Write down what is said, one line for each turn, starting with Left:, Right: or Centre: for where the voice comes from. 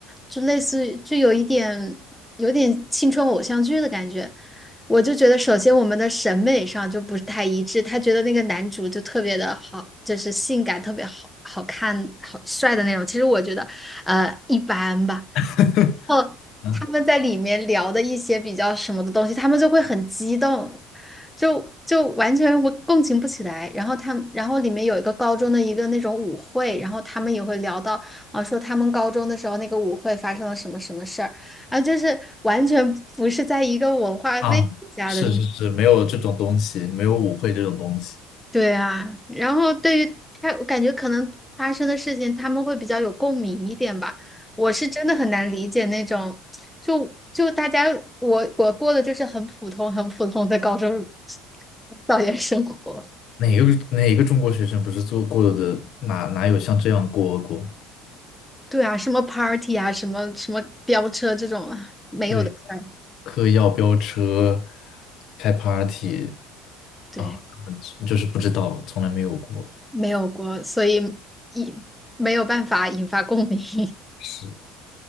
Centre: 就类似于就有一点有点青春偶像剧的感觉。我就觉得，首先我们的审美上就不是太一致，他觉得那个男主就特别的好，就是性感，特别好好看、好帅的那种。其实我觉得，呃，一般吧。
Left: <laughs>
Centre: 后他们在里面聊的一些比较什么的东西，
Left: 嗯
Centre: 他们就会很激动，就就完全我共情不起来。然后他们，然后里面有一个高中的一个那种舞会，然后他们也会聊到啊，说他们高中的时候那个舞会发生了什么什么事儿，啊，就是完全不是在一个文化背景下的
Left: 啊，是是是，没有这种东西，没有舞会这种东西。
Centre: 对啊，然后对于他，我感觉可能发生的事情，他们会比较有共鸣一点吧。我是真的很难理解那种，就就大家，我我过的就是很普通、很普通的高中校园生活。
Left: 哪个哪个中国学生不是做过的？哪哪有像这样过过？
Centre: 对啊，什么 party 啊，什么什么飙车这种没有的事儿，
Left: 对。嗑药飙车、开 party
Centre: 对，
Left: 啊，就是不知道，从来没有过，
Centre: 没有过，所以一没有办法引发共鸣。<laughs>
Left: 是